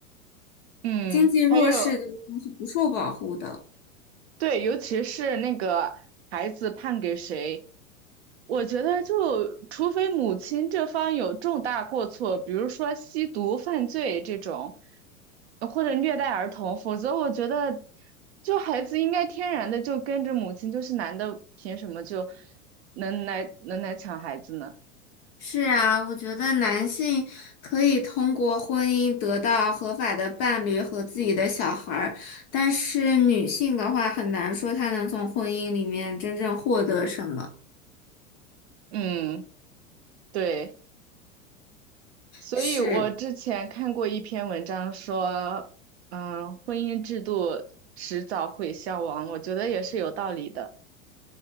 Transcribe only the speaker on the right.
嗯，
还有。对，尤其是那个孩子判给谁，我觉得就除非母亲这方有重大过错，比如说吸毒犯罪这种，呃或者虐待儿童，否则我觉得就孩子应该天然的就跟着母亲，就是男的凭什么就能来能来抢孩子呢？
嗯，对。所以我之前看过一篇文章说，
嗯，婚姻制度迟早会消亡，我觉得也是有道理的。